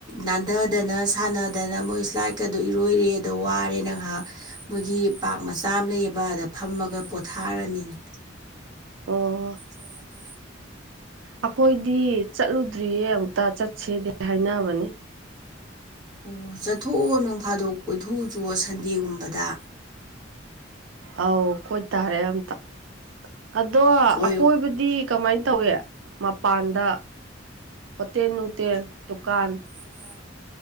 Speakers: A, on the right (about 20°); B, on the right (about 80°).
A: ꯅꯥꯟꯊꯗꯅ ꯁꯥꯟꯅꯗꯅ ꯃꯣꯏ ꯏꯁ꯭ꯂꯥꯏꯠꯀꯗꯣ ꯏꯔꯣꯏꯔꯦ ꯑꯗꯣ ꯋꯥꯔꯦ ꯅꯥꯏꯍꯥꯛ ꯃꯣꯏꯒꯤ ꯄꯥꯛ ꯃꯆꯥ ꯑꯃ ꯂꯩꯌꯦꯕ ꯑꯗ ꯐꯝꯃꯒ ꯄꯣꯊꯥꯔꯝꯃꯤꯅꯦ
B: ꯑꯣ
A: ꯑꯣ
B: ꯑꯩꯈꯣꯏꯗꯤ ꯆꯠꯂꯨꯗ꯭ꯔꯤꯌꯦ ꯑꯃꯨꯛꯇ ꯆꯠꯁꯦꯗꯤ ꯍꯥꯏꯅꯕꯅꯤ
A: ꯑꯣ ꯆꯠꯊꯣꯛꯑꯣ ꯅꯣꯡ ꯐꯥꯗꯣꯛ ꯀꯣꯏꯊꯣꯛꯎ ꯆꯨꯑꯣ ꯁꯟꯗꯦꯒꯨꯝꯕꯗ
B: ꯑꯧ ꯀꯣꯏꯇꯥꯔꯦ ꯑꯝꯇ ꯑꯗꯣ
A: ꯀꯣꯏ
B: ꯑꯀꯣꯏꯕꯗꯤ ꯀꯃꯥꯏꯅ ꯇꯧꯏ ꯃꯄꯥꯟꯗ ꯍꯣꯇꯦꯜ ꯅꯨꯡꯇꯦꯜ ꯗꯨꯀꯥꯟ
A: ꯨꯀꯥꯟ